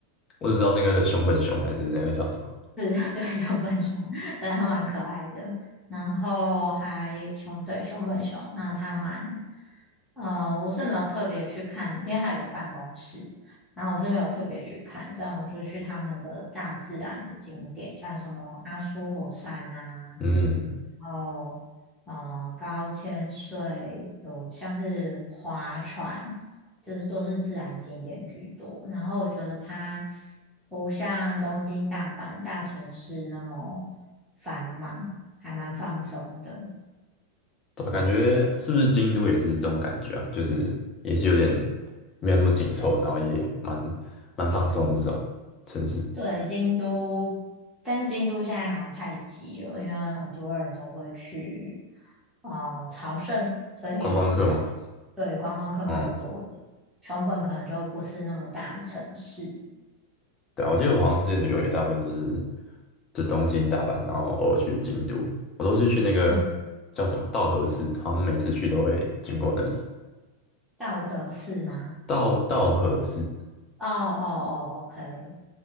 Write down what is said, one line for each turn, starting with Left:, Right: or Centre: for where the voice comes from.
Left: 我只知道那个熊本熊还是那个叫什么，
Centre: <laughs> 对对熊本熊，对，它蛮可爱的。然后还熊，对，熊本熊，那它蛮，呃，我是没有特别去看，因为它有个办公室，然后我是没有特别去看，这样我就去他们的大自然的景点，像什么阿苏火山啊，
Left: 嗯，
Centre: 然后，呃，高千穗有像是划船。就是都是自然景点居多。然后我觉得它不像东京、大阪大城市那么繁忙，还蛮放松的。
Left: 对啊感觉是不是京都也是这种感觉啊？就是也是有点没有那么紧凑，然后也蛮蛮放松的这种城市
Centre: 对，京都，但是京都现在好像太挤了，因为很多人都会去呃朝圣，所以
Left: 观光客嘛。
Centre: 对观光客蛮多的。
Left: 嗯，
Centre: 熊本可能就不是那么大的城市，
Left: 对啊，我记得我好像之前旅游也大部分都是就东京、大阪，然后偶尔去京都，我都是去那个叫什么稻荷市，
Centre: 嗯，
Left: 好像每次去都会经过那里。
Centre: 道德寺吗？
Left: 稻稻荷市
Centre: 哦哦哦，OK，